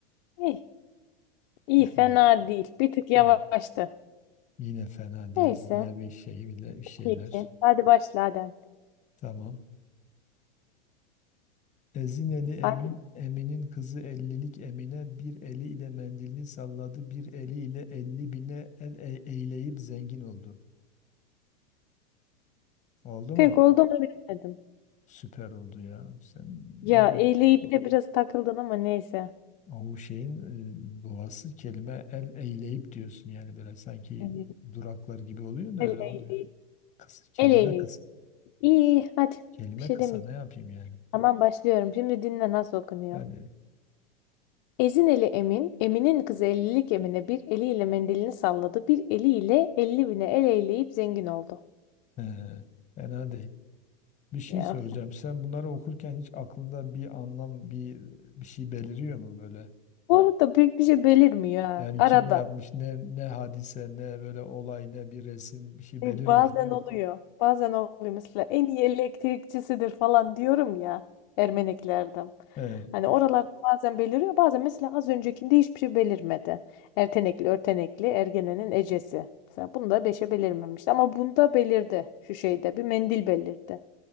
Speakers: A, on the left (about 45°); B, on the left (about 25°).
A: İyi, iyi
B: Eh,
A: fena
B: Yine,
A: değil. Bir tık yavaştı.
B: yine yine fena değil.
A: Neyse.
B: Yine bir şey bile bir şeyler.
A: İyi ki. Hadi başla hadi.
B: Tamam. Ezineli Emin,
A: Hadi.
B: Emin'in kızı ellilik Emine bir eli ile mendilini salladı, bir eli ile elli bine el e- eyleyip zengin oldu. Oldu
A: Pek
B: mu?
A: oldu mu bilemedim.
B: Süper oldu ya. Sen
A: Ya
B: ne diyorsun?
A: eyleyip de biraz takıldın ama neyse.
B: O şeyin e, doğası kelime el eyleyip diyorsun yani böyle sanki
A: Evet.
B: duraklar gibi oluyor da
A: El
B: öyle
A: eyleyip.
B: olmuyor. Kısa, kelime
A: El eyleyip.
B: kısa.
A: İyi hadi.
B: Kelime
A: Bir şey
B: kısa
A: demeyeceğim.
B: ne yapayım yani?
A: Tamam başlıyorum. Şimdi dinle nasıl okunuyor.
B: Hadi.
A: Ezin eli Emin, Emin'in kızı ellilik Emine bir eliyle mendilini salladı, bir eliyle elli bine el eyleyip zengin oldu.
B: Ee, fena değil. Bir şey
A: Ya.
B: soracağım. Sen bunları okurken hiç aklında bir anlam, bir bir şey beliriyor mu böyle?
A: Bu arada pek bir şey belirmiyor ha.
B: Yani
A: Arada.
B: kim ne yapmış, ne ne hadise, ne böyle olay, ne bir resim, bir şey
A: E,
B: belirmiyor
A: bazen
B: değil mi?
A: oluyor. Bazen oluyor. Mesela en iyi elektrikçisidir falan diyorum ya Ermeneklerden.
B: Evet,
A: Hani oralarda bazen beliriyor. Bazen mesela az öncekinde hiçbir şey belirmedi. Ertenekli, örtenekli, ergenenin ecesi. Mesela bunda beşe belirmemişti. Ama bunda belirdi. Şu şeyde bir mendil belirdi.